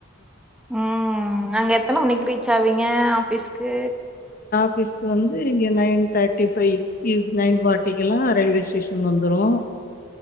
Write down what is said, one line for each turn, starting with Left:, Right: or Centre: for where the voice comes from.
Centre: உம் நாங்க எத்தனை நிக்கிறீ ச்சாவங்க ஆபீஸ்க்கு
Left: ஆஃபீஸ்க்கு வந்து இங்கே நைன் தேர்ட்டி ஃபைக் நைன் ஃபார்ட்டிக்கெல்லாம் ரயில்வே ஸ்டேஷன் வந்துடும்